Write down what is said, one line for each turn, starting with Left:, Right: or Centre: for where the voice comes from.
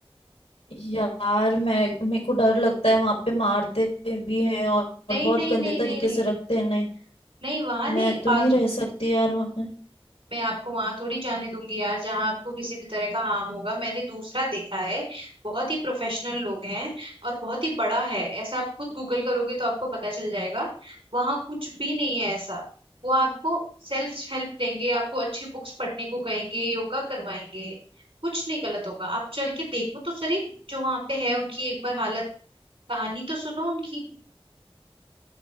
Left: यार मैं मेरे को डर लगता है वहां पे मारते भी हैं और,
Right: नहीं
Left: और बहुत
Right: नहीं
Left: गंदे
Right: नहीं
Left: तरीके
Right: नहीं नहीं
Left: से रखते हैं नहीं
Right: नहीं वहां
Left: मैं
Right: नहीं पार्क
Left: तो नहीं रह सकती यार वहां पे
Right: मैं आपको वहां थोड़ी जाने दूंगी यार जहां आपको किसी भी तरह का हार्म होगा मैंने दूसरा देखा है बहुत ही प्रोफेशनल लोग हैं और बहुत ही बड़ा है ऐसा आप खुद गूगल करोगे तो आपको पता चल जाएगा वहां कुछ भी नहीं है ऐसा वो आपको सेल्फ हेल्प देंगे आपको अच्छी बुक्स पढ़ने को कहेंगे योगा करवाएंगे कुछ नहीं गलत होगा आप चल के देखो तो सही जो वहां पे है उनकी एक बार हालत कहानी तो सुनो उनकी